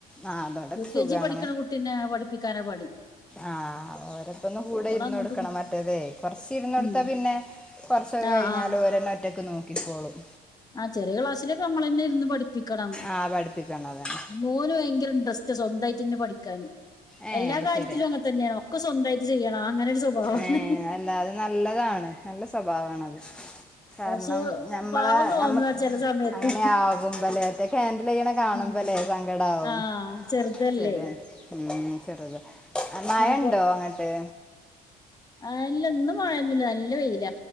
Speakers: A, in the centre; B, on the left.
A: ആ അതോടൊക്കെ
B: യു കെ
A: സുഖമാണ്
B: ജി പഠിക്കണ കുട്ടിനെ പഠിപ്പിക്കാന പണി
A: ആഹ് ഓരപ്പ ഒന്ന് കൂടെ
B: ഓളങ്ങോട്ടും
A: ഇരുന്ന് കൊടുക്കണം
B: ഇങ്ങോ
A: മറ്റേതെ കൊറച്ച് ഇരുന്ന് കൊടുത്താ
B: ഉം
A: പിന്നെ കുറസൊക്കെ
B: ആഹ്
A: കഴിഞ്ഞാൽ ഒരോറ്റക്ക് നോക്കിക്കപ്പോളും
B: ആഹ് ചെറിയ ക്ലാസ്സിലൊക്കെ നമ്മള തന്നെ ഇരുന്ന് പഠിപ്പിക്കണം
A: ആ പഠിപ്പിക്കണതാണ്
B: മോന് ഭയങ്കര ഇൻട്രസ്റ്റ് സ്വന്തമായിട്ട്ന്നെ പഠിക്കാന്
A: ഏ
B: എല്ലാ
A: അത്
B: കാര്യത്തിലും
A: ശരി
B: അങ്ങെ തന്നെയാണ് ഒക്കെ സ്വന്തായിട്ട് ചെയ്യണം അങ്ങനെ ഒരു സ്വഭാവമാണ്
A: ഏ അല്ല അത് നല്ലതാണ് നല്ല സ്വഭാവണത് കാരണം
B: പക്ഷെ
A: നമ്മളെ
B: പാവം തോന്നുക
A: നമ്മ
B: ചില സമയത്ത്
A: അങ്ങനെയ ആകുമ്പല്ലേറ്റക്ക ഹൻഡൽ ചെയ്യണ കാണുമ്പോല്ലേ
B: ഉം.
A: സങ്കടമാവും
B: ആ ചെറുതല്ലേ
A: ശരിയ ഉഉം ചെറുതാ മയ
B: ഇങ്ങനെ
A: ഉണ്ടോ അങ്ങോട്ട്
B: ആഹ് ഇല്ല ഇന്നും മഴയൊന്നൂല്ല നല്ല പെയയില